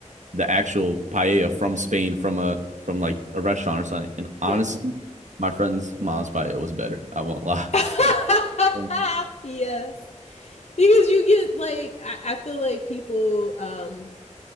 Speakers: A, on the right (about 70°); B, on the left (about 60°).
A: the actual paella from Spain from a from like a restaurant or something. And honestly,
B: yep.
A: my friend's mom's paella was better. I won't lie.
B: <laughs>
A: hmm
B: yes, because you get like I, I feel like people um